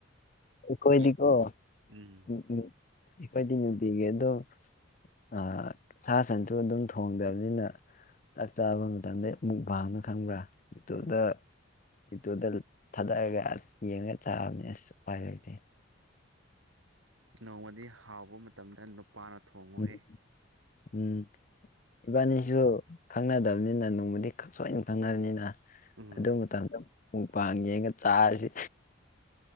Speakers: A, on the left (about 40°); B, on the right (about 80°).
A: ꯑꯩꯈꯣꯏꯗꯤꯀꯣ
B: ꯌꯦ ꯎꯝ
A: ꯅꯨ ꯅꯨ ꯑꯩꯈꯣꯏꯗꯤ ꯅꯨꯡꯇꯤꯒꯤ ꯑꯗꯣ ꯑ ꯁꯥ ꯁꯟꯁꯨ ꯑꯗꯨꯝ ꯊꯣꯡꯗꯕꯅꯤꯅ ꯆꯥꯛ ꯆꯥꯕ ꯃꯇꯝꯗꯩ ꯃꯨꯛꯕꯥꯡꯅꯤ ꯈꯪꯕ꯭ꯔꯥ ꯌꯨꯇꯨꯕꯇ
B: ꯎꯝ
A: ꯌꯨꯇꯨꯕꯇ ꯊꯥꯗꯔꯒ ꯑꯁ ꯌꯦꯡꯉꯒ ꯆꯥꯕꯅꯦ ꯑꯁ ꯎꯄꯥꯏ ꯂꯩꯇꯦ
B: ꯅꯣꯡꯃꯗꯤ ꯍꯥꯎꯕ ꯃꯇꯝꯗ ꯅꯨꯄꯥꯅ ꯊꯣꯡꯉꯣꯍꯦ
A: ꯎꯝ ꯎꯝ ꯏꯕꯥꯅꯤꯁꯨ ꯈꯪꯅꯗꯕꯅꯤꯅ ꯅꯣꯡꯃꯗꯤ ꯁꯣꯏꯅ ꯈꯪꯅꯒꯅꯤꯅ
B: ꯎꯝ
A: ꯑꯗꯨ ꯃꯇꯝꯗ ꯃꯨꯛꯄꯥꯡ ꯌꯦꯡꯉ ꯆꯥꯔꯁꯤ